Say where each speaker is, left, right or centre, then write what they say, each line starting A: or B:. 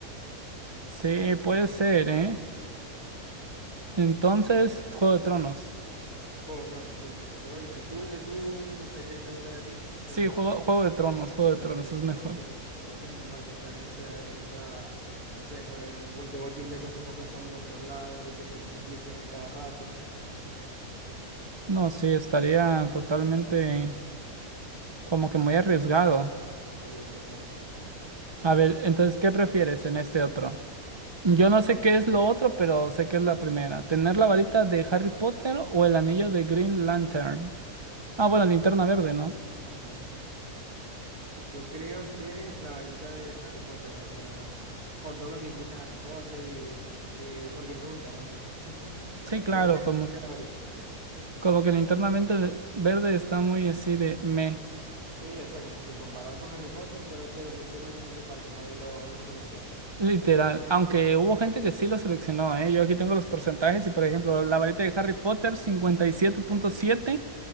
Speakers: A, on the right (about 25°); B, on the right (about 90°).
A: Sí, puede ser, ¿eh? Entonces, Juego de Tronos.
B: Juego de Tronos, sí. Yo creo que sí. Tú, eh, tú, no sé, ¿qué te gustaría a ti de
A: Sí,
B: las dos?
A: Juego, Juego de Tronos, Juego de Tronos
B: Sí,
A: es mejor.
B: creo que, creo que es lo mejor que estar en ese, en esa, no sé, en jue- en Wa- The Walking Dead con ese poco de zombies por todos lados y que se multipliquen a cada rato.
A: No, sí, estaría totalmente como que muy arriesgado.
B: Sí, total.
A: A ver, entonces, ¿qué prefieres en este otro? Yo no sé qué es lo otro, pero sé que es la primera. ¿Tener la varita de Harry Potter o el anillo de Green Lantern? Ah, bueno, linterna verde, ¿no?
B: Ajá. Yo creo que la varita de Harry Potter me gustaría más. Por todo lo que implica Harry Potter y, y porque me gusta realmente. <laughs>
A: Sí, claro,
B: Creo que,
A: como,
B: creo que la varita, sí, sí.
A: como que linterna verde, verde está muy así de me,
B: Sí, o sea, como que comparado con Harry Potter, creo que lo pusieron como que para que nadie lo, lo seleccione.
A: literal. Aunque hubo gente que sí lo seleccionó, ¿eh? Yo aquí tengo los porcentajes y, por ejemplo, la varita de Harry Potter, cincuenta y siete siete punto siete